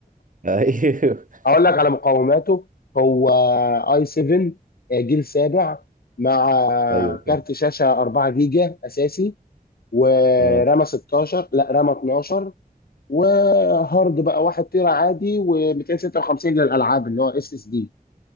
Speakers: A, on the right; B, on the left.
A: ايوه
B: اقول لك على مقاوماته هو اي 7 جيل سابع مع
A: <laughs> ايوه فاهم
B: كارت شاشه 4 جيجا اساسي ورامه
A: اه
B: 16 لا رامه 12 وهارد بقى 1 تيرا عادي و256 للالعاب اللي هو اس اس دي